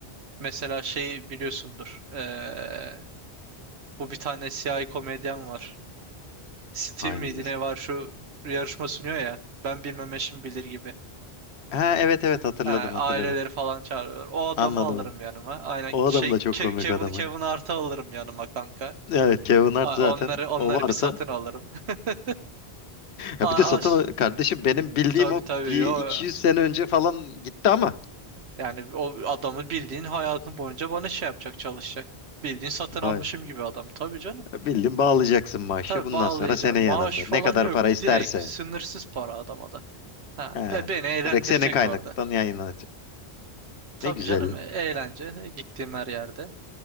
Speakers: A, on the right; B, on the left.
A: Mesela şey biliyorsundur. ee, bu bir tane siyahi komedyen var. Steve
B: Hangisi?
A: miydi ne var şu yarışma sunuyor ya. Ben bilmem eşim bilir gibi.
B: Ha evet evet hatırladım
A: Ha,
B: hatırladım.
A: aileleri falan çağırıyorlar. O adamı
B: Anladım.
A: alırım
B: anladım.
A: yanıma. Aynen
B: O
A: şey
B: adam da çok
A: Ke-
B: komik
A: Kevin
B: adam.
A: Kevin Hart'ı alırım yanıma kanka.
B: Evet Kevin Hart
A: A-
B: zaten
A: Onları onları
B: o varsa
A: bir satın
B: <laughs>
A: alırım. <laughs>
B: ya
A: A-
B: bir de satın
A: As
B: kardeşim benim bildiğim
A: tabii
B: o
A: tabii
B: bir
A: yo.
B: iki yüz sene önce falan gitti ama
A: Yani o adamı bildiğin hayatın boyunca bana şey yapacak çalışacak. Bildiğin satın
B: vay
A: almışım gibi adam. Tabii canım.
B: bildim bağlayacaksın maaşı
A: Tabii
B: bundan
A: bağlayacağım.
B: sonra senin yanında
A: Maaş falan
B: ne kadar
A: yok.
B: para isterse
A: Direkt sınırsız para adama da. Ha,
B: he,
A: be beni eğlendirecek
B: direkt senin kaynaktan
A: orada.
B: yayınlanacak
A: Tabii
B: ne güzelliği
A: canım e- eğlence e, gittiğim her yerde.